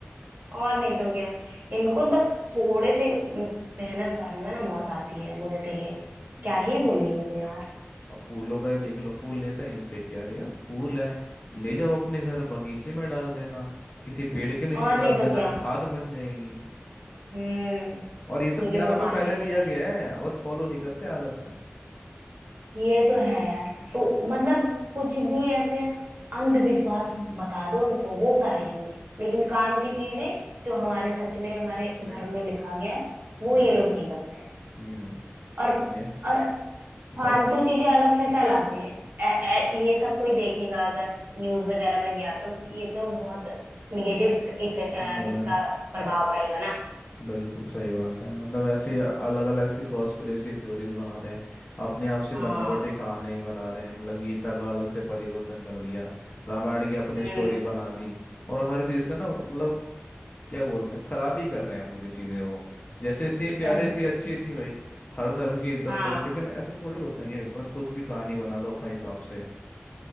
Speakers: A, on the right; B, on the left.
A: और नहीं तो क्या इनको बस थोड़े से मेहनत करने में ना मौत आती है मुझे तो ये क्या
B: वही
A: ही बोले इनको यार
B: अब फूलों का ही देख लो फूल लेते हैं यूं फेंक के अरे यार फूल है ले जाओ अपने घर बगीचे में डाल देना किसी पेड़ के नीचे
A: और
B: डाल
A: नहीं तो
B: देना
A: क्या
B: खाद बन जाएगी
A: हम्म
B: और ये सब
A: लेकिन
B: ज्ञान
A: वो
B: हमें
A: पानी
B: पहले
A: में
B: दिया
A: वही
B: गया है अब बस फॉलो नहीं करते आलस में
A: ये तो है यार सो मतलब कुछ भी ऐसे अंधविश्वास बता दो उनको वो कर लेंगे लेकिन काम की चीजें जो हमारे सच में हमारे
B: वही
A: धर्म में लिखा गया है वो
B: वही
A: ये लोग नहीं करते हैं
B: हम्म
A: और
B: इन्हें
A: और
B: बताओ
A: फालतू चीजें अलग से फैलाते हैं ए, ए, ये सब कोई देखेगा अगर न्यूज वगैरह में गया तो ये तो बहुत निगेटिव इफेक्ट
B: वही
A: इसका प्रभाव पड़ेगा ना
B: बिल्कुल सही बात है मतलब ऐसे अलग अलग सी कॉन्स्पिरेसी थ्योरीज बना रहे हैं अपने आप से
A: हाँ
B: बनावटी कहानी बना रहे हैं मतलब गीता का अलग से परिवर्तन कर दिया रामायण की अपनी
A: हम्म
B: स्टोरी बना दी और हर चीज़ का ना मतलब क्या बोलते हैं खराब ही कर रहे हैं पूरी चीजें वो जैसे थी प्यारे
A: सब
B: थी अच्छी थी भाई हर धर्म की इज्जत
A: हाँ
B: करो लेकिन ऐसा थोड़ी होता है कि मतलब कुछ भी कहानी बना दो अपने हिसाब से